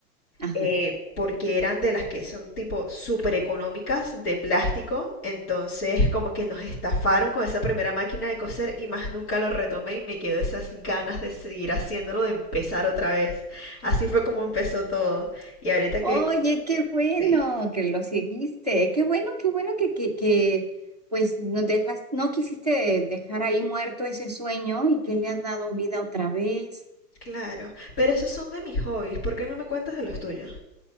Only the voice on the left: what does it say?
eh, porque eran de las que son tipo súper económicas de plástico, entonces como que nos estafaron con esa primera máquina de coser y más nunca lo retomé y me quedó esas ganas de seguir haciéndolo, de empezar otra vez. Así fue como empezó todo. Y ahorita
que...
Sí,
claro. Pero esos son de mis hobbies, ¿por qué no me cuentas de los tuyos?